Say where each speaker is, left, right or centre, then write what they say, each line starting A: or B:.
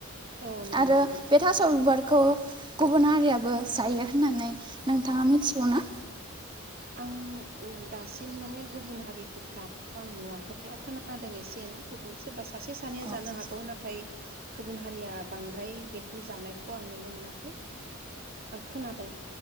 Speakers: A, on the right; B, on the right.
A: औ नंगौ
B: आरो
A: नोंथां
B: बे थास' बिबार <unintelligible> गुबुन हारियाबो जायो होननानै नोंथाङा मिथिगौना?
A: आं दासिम माने गुबुन हारिखौ जानायखौ आं नुवाखै खोनादों एसे एनै गुबुन सोरबा सासे सानैया
B: औ
A: जानो हागौ नाथाय गुबुन हारिया बांद्राय बेखौ जानायखौ आं नुनो मोनाखै आं खोनादों